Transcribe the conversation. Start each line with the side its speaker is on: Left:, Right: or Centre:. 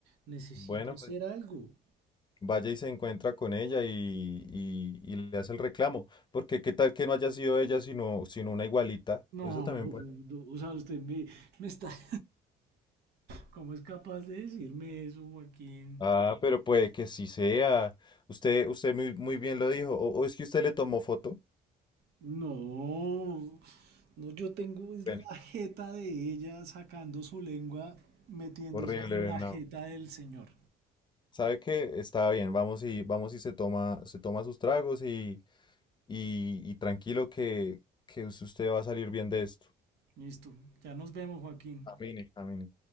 Right: Necesito
Left: Bueno,
Right: hacer algo.
Left: vaya y se encuentra con ella y, y- y le hace el reclamo. Porque qué tal que no haya sido ella, sino, sino una igualita.
Right: No,
Left: Eso también puede.
Right: no, o sea, usted me, me está... <laughs> ¿Cómo es capaz de decirme eso, Joaquín?
Left: Ah, Sí. pero puede que sí sea. Usted, usted muy, muy bien lo dijo. O, o es que usted le tomó foto.
Right: No, no, yo tengo es
Left: Bueno,
Right: la jeta de ella sacando su lengua, metiéndose
Left: horrible,
Right: en la
Left: no.
Right: jeta del señor.
Left: Sabe que está bien, vamos y vamos y se toma, se toma sus tragos y, y, y tranquilo que, que usted va a salir bien de esto.
Right: Listo, ya nos vemos, Joaquín.
Left: Camine, camine.